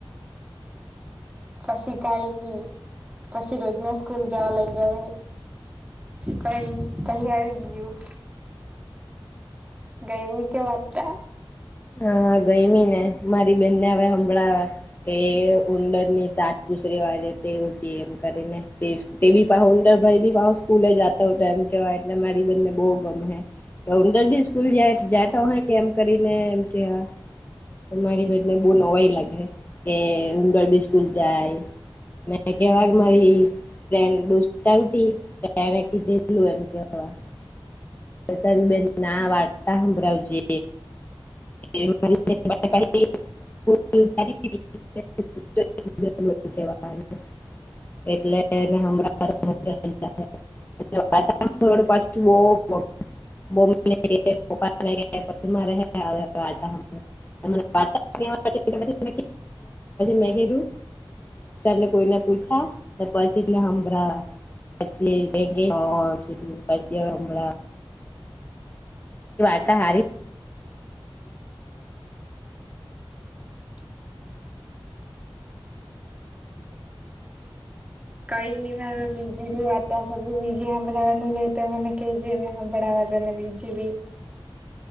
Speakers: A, on the right (about 15°); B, on the left (about 20°).
A: <inaudible> પસી કાઈ ની પસી રોજના સ્કૂલ જાવા લાયગો. કઈ અહીં આવી ગયું. ગયમી કે વાર્તા?
B: હા ગયમી મને મારી બેનને હવે સંભળાવા કે ઉંંદરની સાત પૂસરી વારી તી એમ કરીને તે બી ઉંદર ભાઈ બી પાછો સ્કૂલે જતો હતો એમ. કેવાય એટલે મારી બેનને બહુ ગમે. ઉંદર બી સ્કૂલ જા
A: હા
B: જાતો અહે કે એમ કરીને એમ કેવા. મારી બેનને બહુ નવાઈ લાગહે કે ઉંદરબી સ્કૂલ જાય. મેં કેવા કે મારી ફ્રેન્ડ દોસ્તાર ઉતી તેણે કીધેલું એમ કેવા. તારી બેનને આ વાર્તા સાંભળાવજે એમ મારી સ્કૂલ <unintelligible> એટલેને હમણાં મ <unintelligible> પછ <unintelligible> બમ્મી ને ગ પ્પાને ગ પછી મા રહે <unintelligible> વાતાવરણવાછ <unintelligible> મે કીધુ ને કોઈને પૂછ પછા પછીને હંભળ. પછી કે હ પછિયાળ <unintelligible> વાર્તા <unintelligible> હારી
A: <inaudible> કહી ન મા નિજ બી વાતા સું બીજી હંભળવા ન લ તો મને કે જેમમે હંભળવા. બીજે બી.